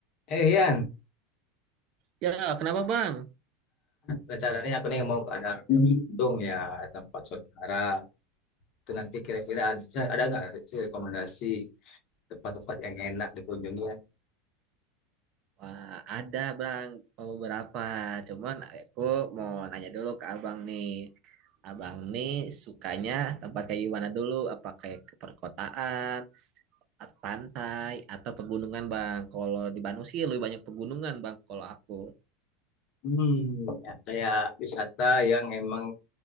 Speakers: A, on the left; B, on the right.
A: Eh Ian,
B: Ya, kenapa Bang?
A: rencananya aku nih mau ada dong ya tempat saudara. Itu nanti kira-kira ada, ada nggak sih rekomendasi tempat-tempat yang enak dikunjungi ya?
B: Wah, ada Bang beberapa. Cuman aku mau nanya dulu ke Abang nih. Abang nih sukanya tempat kayak gimana dulu? Apa kayak ke perkotaan, at- pantai, atau pegunungan Bang? Kalau di Bandung sih lebih banyak pegunungan Bang kalau aku.
A: Hmm, ya, kayak wisata yang emang